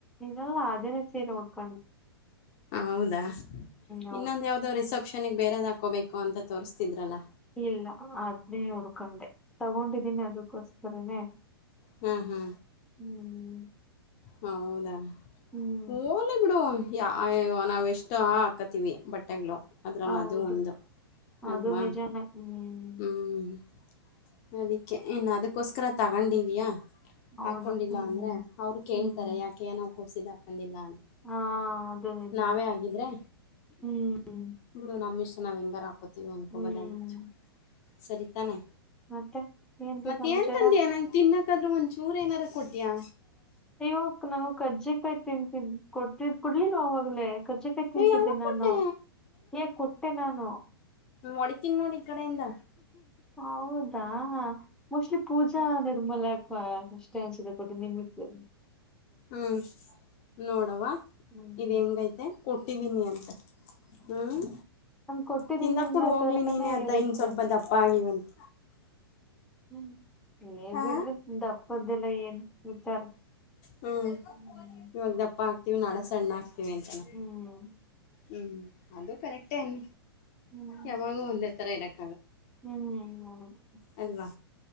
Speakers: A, in the centre; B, on the left (about 40°).
A: ಇಲ್ಲ ಅದೆ ಸೀರಿ ಉಕ್ಕೊಂಡ.
B: ಹೌದಾ
A: ಹೌದು
B: ಇನ್ನೊಂದು ಯಾವ್ದೋ ರಿಸೆಪ್ಷನ್ಗೆ ಬೇರೆದ್ ಹಾಕೋಬೇಕು ಅಂತ ತೋರಿಸ್ತಿದ್ರಲ್ಲ.
A: ಇಲ್ಲ ಅದನ್ನೇ ಹುಡ್ಕೊಂಡೆ ತಗೊಂಡಿದ್ದೀನಿ ಅದಕ್ಕೋಸ್ಕರನೇ.
B: ಹು ಹು
A: ಹ್ಮ್
B: ಹೌದಾ
A: ಹ್ಮ್
B: ಹೊಲಿ ಬಿಡು ಯಾ ಅಯ್ಯ್ ಯ್ಯೊ ನಾವೆಷ್ಟು ಹಾಕತ್ತೀವಿ ಬಟ್ಟೆಗಳು. ಅದರಲ್ಲ
A: ಹೌದು
B: ಅದು ಒಂದ
A: ಅದು
B: ಅಲ್ವಾ.
A: ನಿಜಾನೇ ಹ್ಮ್
B: ಹು ಅದಕ್ಕೆ ಇನ್ನು ಅದಕ್ಕೋಸ್ಕರ ತಗೊಂಡಿದಿಯಾ.
A: ಹೌದು
B: ಹಾಕೊಂಡಿಲ್ಲ
A: ಹ್ಮ್
B: ಅಂದ್ರೆ ಅವ್ರು ಕೇಳ್ತಾರೆ
A: ಹ್ಮ್
B: ಯಾಕೆ ಏನಾವ್ ಕೊಡ್ಸಿದ್ ಹಾಕೊಂಡಿಲ್ಲ ಅಂತ
A: ಹಾ ಅದು ನಿಜಾನೇ
B: ನಾವೇ ಆಗಿದ್ರೆ
A: ಹ್ಮ್
B: ಬಿಡು ನಮ್ಮಿಷ್ಟ ಕ್ಕ ನಾವು ಹೆಂಗಾರು ಹಾಕೋತೀವಿ ಅಂದ್ಕೊಬೋದಾಗಿತ್ತು
A: ಹ್ಮ್
B: ಸರಿತಾನೆ.
A: ಮತ್ತೆ ಏನ್ರೀ
B: ಮತ್ತ
A: ಸಮಾಚಾರ
B: ಏನ್ ತಂದ್ಯಾ ನಂಗ್ ತಿನ್ನಕಾದ್ರೂ ಒಂದ್ಚೂರು ಏನಾರ ಕೊಟ್ಯಾ.
A: ಅಯ್ಯಕ್ ನಮಗ್ ಕರ್ಜಿಕಾಯಿ ತಿಂತಿದ್ ಕೊಡ್ತಿದ್ ಕೊಡ್ಲಲ್ ಅವಾಗ್ಲೇ. ಕರ್ಜಕಾಯಿ ತಿಂತಿದ್ದೆ
B: ಏ ಯಾವಾಗ
A: ನಾನು
B: ಕೊಟ್ಟೆ
A: ಹೇ ಕೊಟ್ಟೆ ನಾನು.
B: ಹೊಡಿತೀನಿ ನೋಡಿ ಈ ಕಡೆಯಿಂದ
A: ಹೌದಾ ಮೋಸ್ಟ್ಲಿ ಪೂಜಾ ನಿರ್ಮೂಲಕ್ ಎಷ್ಟೇ ಅನ್ಸಿದೆ ಕೊಟ್ಟ ನಿಮಿತ್
B: ಹ್ಮ್ ನೋಡವ
A: ಹ್ಮ್
B: ಇದ ಹೆಂಗೈತೆ ಕೊಟ್ಟಿದ್ದೀನಿ ಅಂತ ಹ್ಮ್
A: ನನ್ ಕೊಟ್ಟಿದ್ದೀನಿ
B: ತಿಂದಕ್
A: ಇನ್ನ
B: ಕೂಡ ಹೋಗ್ಲಿ
A: ತರಾನೇ
B: ನೀನೇ ಆತ
A: ಇರುತ್ತೆ
B: ಇನ್ ಸ್ವಲ್ಪ ದಪ್ಪ ಆಗಿವವಂತ
A: ಹ್ಮ್ ಏ
B: ಹ
A: ಬಿಡ್ರಿ ದಪ್ಪದ್ದಲ್ಲ ಏನ್ ವಿಚಾರ
B: ಹ್ಮ್
A: ಹ್ಮ್
B: ಇವಾಗ ದಪ್ಪ ಹಾಕ್ತಿೀವಿ ನಾಳೆ ಸಣ್ಣ ಹಾಕ್ತೀವಿ ಅಂತಾನ
A: ಹ್ಮ್
B: ಹ್ಮ್ ಅದು ಕರೆಕ್ಟೇ ಅನ್
A: ಹ್ಮ್
B: ಯಾವಾಗ ಒಂದೇ ತರ ಇರಕ್ ಲ್ಲ
A: ಹ್ಮ್ ಹೌದು
B: ಅಲ್ವಾ